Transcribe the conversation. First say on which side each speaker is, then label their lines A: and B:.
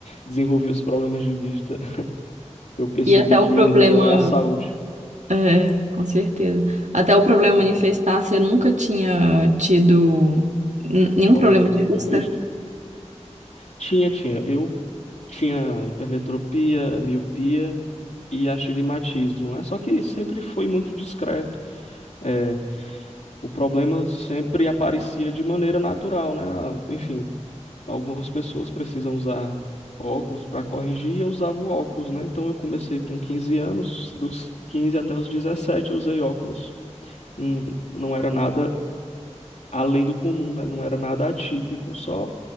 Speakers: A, on the left; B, on the right.
A: desenvolvi os problemas de vista, <laughs> eu percebi
B: E até o
A: que
B: problema,
A: o melhor é a saúde.
B: é, com certeza. Até o problema manifestar,
A: Hum,
B: você nunca tinha tido n- nenhum
A: Problema
B: problema
A: de
B: de vista?
A: de vista? Tinha, tinha. Eu tinha hipermetropia, miopia e astigmatismo, né? Só que sempre foi muito discreto. É, O problema sempre aparecia de maneira natural, né? Ah, Enfim, algumas pessoas precisam usar óculos para corrigir e eu usava o óculos, né? Então eu comecei com 15 anos, dos 15 até os 17 eu usei óculos. Hum, Não era nada além do comum, né? Não era nada atípico, só